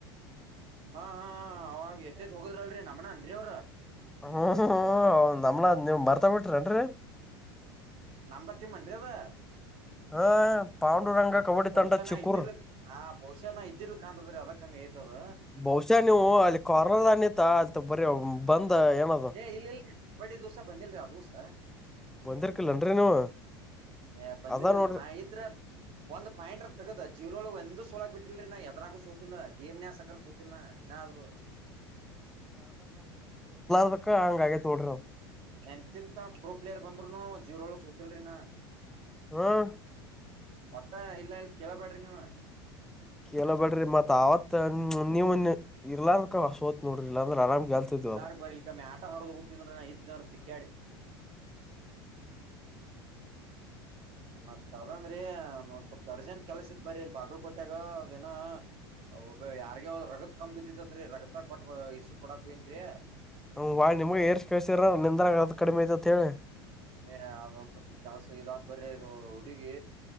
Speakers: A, on the right (about 45°); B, in the centre.
A: ಹಾ ಹಾ ಅವಾಗ ಎತ್ತೇತ್ ಹೋಗದ್ರಲ್ರಿ ನಮನನ್ರಿ ಅವ್ರ.
B: ಹ್ಮ ಹ ನಮ್ನಾ ನೀವ್ ಮರ್ತಾ ಬಿಟ್ರಿನ್ರರಿ.
A: ನಮ್ಧಾ ಟೀಂ ಅನ್ರಿ ಅದು.
B: <unintelligible> ಕಬಡ್ಡಿ
A: ಬಹುಶಾನ
B: ತಂಡ ಚಿಕ್ಕೂರ್
A: ಇದ್ದಿಲ್ ಬಹುಶಃ ನಾ ಇದ್ದಿಲ್ ಕಾಣದ್ರೆ ಅದಕ್ ಹಂಗ ಆಗ್ಯತೇ ಅದ.
B: ಬಹುಶ ನೀವು ಅಲ್ಲಿ ಕಾರ್ನರ್ ನಿತ ಅ ಬರ ಬಂದ್ ಏನ ಹ
A: ಏ ಇಲ್ಲ ಇಲ್ರಿ ಕಬಡ್ಡಿ ದೋಸ ಬಂದಿಲ್ರಿ ಆ ದೋಸ
B: ಬಂದಿರ್ಕಲ್ಲನ್ರಿ ನೀವು.
A: ಏ ಬಂದಿದಲ್ರರಿ
B: ಅದ ನೋಡ್ರಿ
A: ನಾ ಇದ್ರ ಒಂದ್ ಪಾಯಿಂಟ್ ತಗದ ಜೀರೋ ಒಂದ. ನಿಂದು ಸೋಲಾಕ್ ಬಿಟ್ಟಿಲ್ರಿ ನಾ ಎದರಾಗು ಸೋತಿಲ್ಲ ಗೇಮ್ನ್ಸ್ಕ ಸೋತಿಲ್ಲಾ ಇನಾದ್ರು.
B: ಅದಕ್ಕ ಅಂಗ್ ಆಗ್ಯತಿ ನೋಡ್ರಿ ಅದು.
A: ಎಂತಿಂತ ಪ್ರೂ ಪ್ಲೇಯರ್ ಬಂದ್ರುನು ಜೀರೋಲೋಗ ಸೂತಿಲ್ರಿನಾ.
B: ಹ್ಮ್.
A: ಒಟ್ಟ ಇಲ್ಲಲ್ಲಿ ಕೇಳ್ಬಡರಿ ನೀವ.
B: ಕೇಳಬೇಡ್ರಿ ಮತ್ತ್ ಆವತ್ ನೀವು ನಾ ಇರ್ಲಾರ್ದಕ್ಕ ಅಂದಕ ಸೋತ್ ನೋಡ್ರಿ ಇಲ್ಲಾಂದ್ರ ಆರಾಮ್ ಗೆಲ್ತಿದ್ವೆ.
A: ಇಲ್ಲಾರ್ಕ್ ಬರಿ ಇಲ್ಕ ಮ್ಯಾಟ ಹೊರದ್ ಗೊತ್ತಿದ್ರ ನಾ ಇದ್ನವ್ರ ತಿಕ್ಕಾಡಿ ಮತ್ತತ್ ಅದಂದ್ರಿ ಒಂದ ಒಂದ್ ಸ್ವಲ್ಪ ಅರ್ಜೆಂಟ್ ಕೆಲ್ಸ ಇತ್ ಬರಿ ಇಲ್ಲಿ ಬಾಗಲ್ ಕೊಟ್ಯಾಗ ಅದ ಏನಾ. ಒಬ ಯಾರ್ಗ ರಗತ್ ಕುಂ ಬಿಡಿತಂತ್ರಿ ರಗತ ಕೊಟ್ಟ ಇಸು ಕೊಡಕ್ವನ್ರೀ.
B: ಹ್ ವಳ್ಳಿ ನಿಮಗ್ ಏರ್ಸ್ ಕಸರ್ರ ನಿನ್ಂದ ಅದು ರಗತ್ ಕಡಿಮೆ ಐತೆತ್ ಹೇಳಿ.
A: ಏ ಅದೊಂದ್ ಸ್ವಲ್ಪ ಕೆಲ್ಸ ಇದಾದ್ ಬರೀ ಇದು ಹುಡುಗಿ,